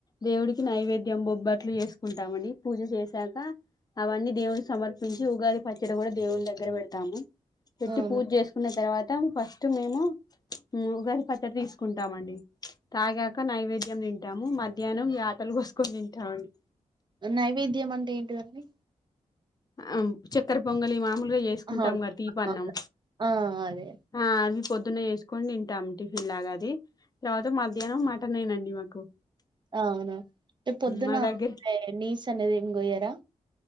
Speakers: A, on the left (about 30°); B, on the right (about 35°).
A: దేవుడికి నైవేద్యం బొబ్బట్లు చేసుకుంటామండి పూజ చే సాక అవన్నీ దేవుడికి సమర్పించి ఉగాది పచ్చడి కూడా దేవుని దగ్గర పెడతాము పెట్టి
B: అవును
A: పూజ చేసుకున్న తర్వాత టం ఫస్ట్ మేము ఉగాది పచ్చడ తీసుకుంటామండి తాగాక నైవేదయం తింటాము మధ్యాహ్నం ఈ ఆటలు కోసుకొని తింటామండి
B: నైవేద్యం అంటే ఏంటిదండి
A: ఆ చక్కర పొంగలి మాముూలు చేసుకుంటాం
B: ఆహా ఓకే
A: కదా తీపన్నం
B: అవును. ఆ అదే
A: అ అవి పొద్దున్న చేసుకొని తింటాము టిఫిన్ లాగా అది తర్వాత మధ్యాహ్నం మటనే అండి మాకు
B: అవునా అంటే పొద్దున
A: మా దగ్గర
B: నీస్ అనేది ఎం కోయారా